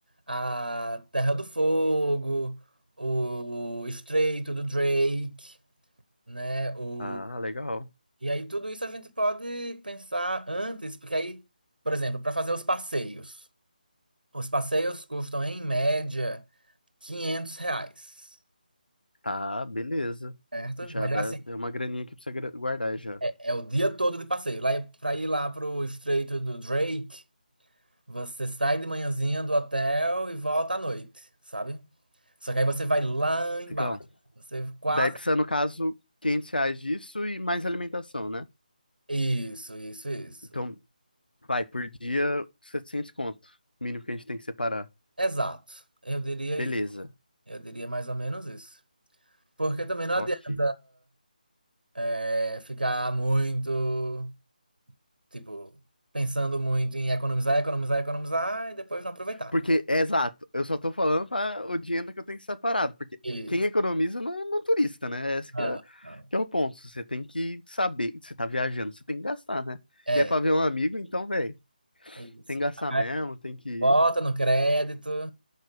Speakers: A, on the right (about 75°); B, on the left (about 80°).
A: A Terra do Fogo, o Estreito do Drake, né, o...
B: Tá, legal.
A: E aí tudo isso a gente pode pensar antes, porque aí, por exemplo, para fazer os passeios. Os passeios custam, em média, 500 reais,
B: Tá, beleza.
A: certo?
B: Já
A: Mas
B: dá,
A: é assim,
B: é uma graninha que precisa gra- guardar já.
A: é o dia todo de passeio. Lá, para ir lá pro Estreito do Drake, Você sai de manhãzinha do hotel e volta à noite, sabe? Só que aí você vai lá embaixo.
B: Legal.
A: Você quase.
B: Daí precisa, no caso, 500 reais disso e mais alimentação, né?
A: Isso, isso, isso.
B: Então, vai, por dia, 700 conto. Mínimo que a gente tem que separar.
A: Exato. Eu diria
B: Beleza.
A: isso. Eu diria mais ou menos isso. Porque também não
B: Ok.
A: adianta é, ficar muito, tipo, pensando muito em economizar, economizar, economizar e depois não aproveitar.
B: Porque,
A: né?
B: é exato, eu só tô falando para o dinheiro que eu tenho que separado, porque
A: Isso.
B: quem economiza não, é não é turista, né? Esse
A: Não,
B: que é,
A: não.
B: que é o ponto. Você tem que saber, você tá viajando, você tem que gastar, né?
A: É,
B: E é para ver um amigo, então, velho,
A: é isso.
B: tem que gastar
A: Aí
B: mesmo, tem que ir.
A: Bota no crédito.